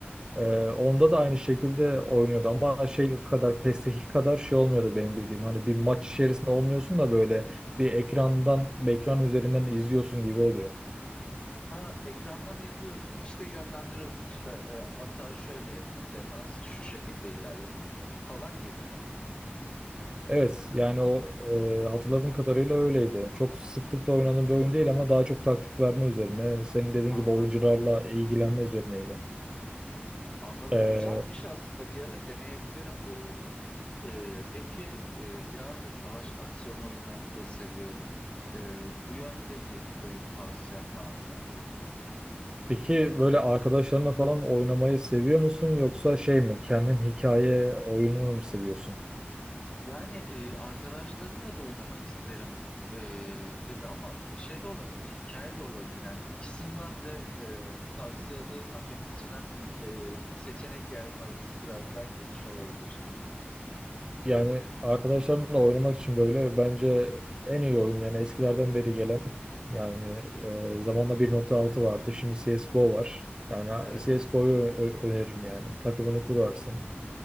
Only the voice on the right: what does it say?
eee, onda da aynı şekilde oynuyordu ama şey kadar PES'teki kadar şey olmuyordu benim bildiğim. Hani bir maç içerisinde olmuyorsun da böyle bir ekrandan bir ekran üzerinden izliyorsun gibi oluyor.
Evet yani o e, hatırladığım kadarıyla öyleydi. Çok sıklıkla oynadığım bir oyun değil ama daha çok taktik verme üzerine. Senin dediğin
gibi oyuncularla ilgilenme üzerineydi.
E,
peki böyle arkadaşlarına falan oynamayı seviyor musun yoksa şey mi kendin hikaye oyununu mu seviyorsun?
Yani arkadaşlarınla oynamak için böyle bence en iyi oyun yani eskilerden beri gelen yani e, zamanla bir nokta altı vardı şimdi CSGO var. Yani
CSGO'yu öneririm yani takımını kurarsın.